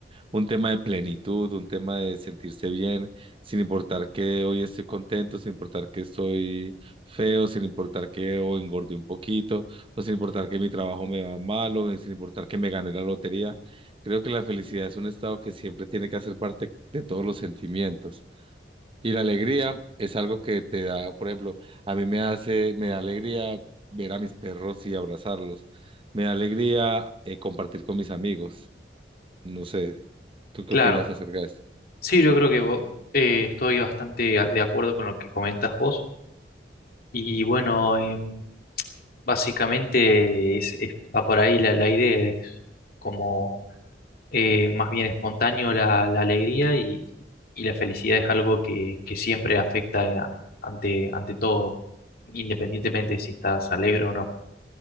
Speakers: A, on the right; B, on the left.
A: un tema de plenitud, un tema de sentirse bien, sin importar que hoy estoy contento, sin importar que estoy feo, sin importar que o engordé un poquito, o sin importar que mi trabajo me va mal, o sin importar que me gané la lotería. Creo que la felicidad es un estado que siempre tiene que hacer parte de todos los sentimientos. Y la alegría es algo que te da, por ejemplo, a mí me hace, me da alegría ver a mis perros y abrazarlos. Me da alegría eh, compartir con mis amigos. No sé, ¿tú qué
B: Claro.
A: opinas acerca de esto?
B: Sí, yo creo que vo- eh, estoy bastante a- de acuerdo con lo que comentas vos. Y bueno, em, básicamente es- es- va por ahí la, la idea, es como eh, más bien espontáneo la, la alegría y, y la felicidad es algo que, que siempre afecta eh, a- ante, ante todo, independientemente de si estás alegre o no.